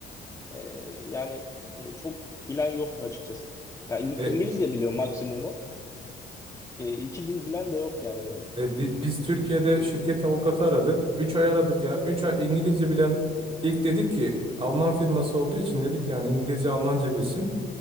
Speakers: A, on the left; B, on the right.
A: E, yani e, çok bilen yok açıkçası. Ya İng-
B: E,
A: İngilizce biliyor maksimumu. E, iki dil bilen de yok yani böyle.
B: e, bi- biz Türkiye'de şirket avukatı aradık. 3 ay aradık ya. üç ay İngilizce bilen ilk dedik ki Alman firması olduğu için dedik yani İngilizce Almanca bilsin.